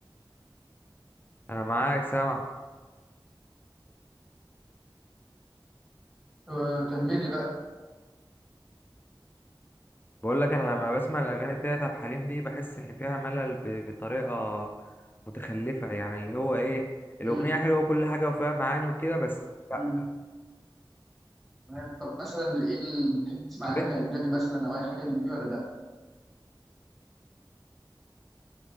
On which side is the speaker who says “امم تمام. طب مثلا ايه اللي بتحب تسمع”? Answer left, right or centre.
Centre